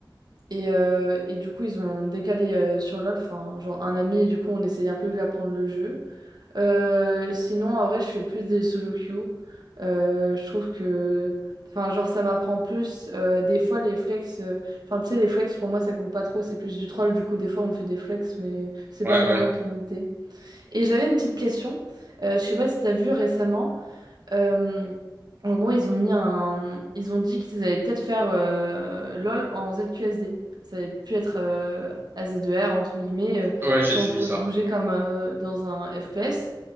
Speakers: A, on the right; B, on the right.
A: Et, euh, et du coup, ils ont décalé euh, sur LoL, enfin, genre un ami, et du coup, on essayait un peu de lui apprendre le jeu. Euh, sinon, en vrai, je fais plus des solo queues. Euh, je trouve que, enfin, genre, ça m'apprend plus. Euh, des fois, les flex, euh, enfin, tu sais, les flex, pour moi, ça compte pas trop, c'est plus du troll. Du coup, des fois, on me fait des flex, mais c'est
B: Ouais,
A: pas vraiment
B: ouais.
A: pour monter. Et j'avais une petite question. Euh, je sais pas si t'as vu récemment. Euh, en gros, ils ont mis un... Ils ont dit qu'ils allaient peut-être faire euh, LOL en ZQSD. Ça allait plus être euh, AZER, entre guillemets, euh,
B: Ouais, j'ai
A: qu'on
B: suivi
A: pourrait
B: ça.
A: bouger comme euh, dans un FPS.